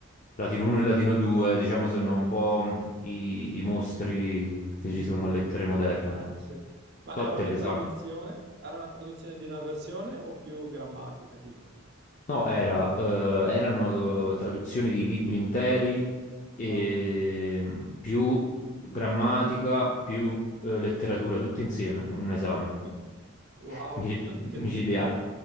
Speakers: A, on the left (about 35°); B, on the right (about 55°).
A: latino 1 e latino 2, diciamo sono un po' i, i mostri che
B: mhm.
A: ci sono a Lettere Moderne.
B: Ah, sì. Ma
A: So
B: era
A: te
B: una
A: l'esame.
B: traduzione? Era una traduzione di una versione o più grammatica, tipo?
A: No, era, eh, erano eh, traduzioni di libri interi e
B: Wow.
A: mm, più grammatica, più eh, letteratura, tutto insieme, un esame
B: <laughs> Wow,
A: <laughs> Mi-
B: <laughs> incredibile.
A: micidiale.